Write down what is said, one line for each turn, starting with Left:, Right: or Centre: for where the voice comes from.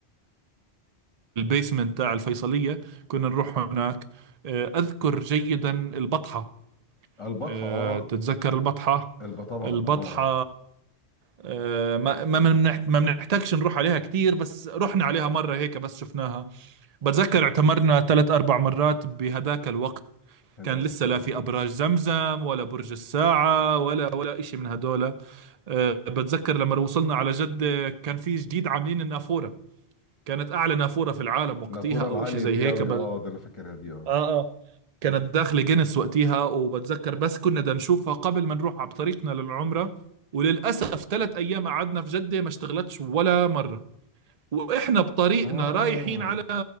Right: البيسمنت تاع الفيصلية كنا نروح هناك آه، أذكر جيدا البطحة
Left: البطحه
Right: آه،
Left: اه
Right: تتذكر البطحة
Left: الب طبعا
Right: البطحة
Left: اه
Right: آه، ما ما منح- ما بنحتاجش نروح عليها كتير بس رحنا عليها مرة هيك بس شفناها بتذكر اعتمرنا ثلاث أربع مرات بهداك الوقت
Left: حلوه
Right: كان لسه
Left: ما شاء
Right: لا
Left: الله
Right: في أبراج زمزم ولا برج الساعة ولا ولا إشي من هدول أه، بتذكر لما وصلنا على جدة كان في جديد عاملين النافورة كانت أعلى نافورة في العالم وقتها
Left: النافوره
Right: أو
Left: العاليه
Right: إشي زي
Left: دي
Right: هيك
Left: قوي
Right: بل
Left: اه ده انا فاكرها دي
Right: اه
Left: اه
Right: اه كانت داخلة جينيس وقتها وبتذكر بس كنا بدنا نشوفها قبل ما نروح على طريقنا للعمرة وللأسف ثلاث أيام قعدنا في جدة ما اشتغلتش ولا مرة واحنا بطريقنا
Left: اه
Right: رايحين على